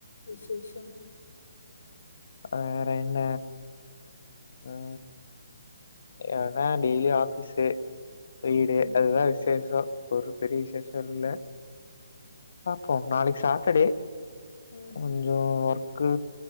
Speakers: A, on the left; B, on the left.
A: விசேஷம்
B: வேற என்ன அ என்னனா டெய்லியு ஆபிஸு வீடு
A: ம்,
B: அதுதா விசேஷோ ஒரு பெரிய விசேஷோ இல்ல பாப்போ நாளைக் சாட்டர்டே
A: ம்.
B: கொஞ்சோ ஒர்க்கு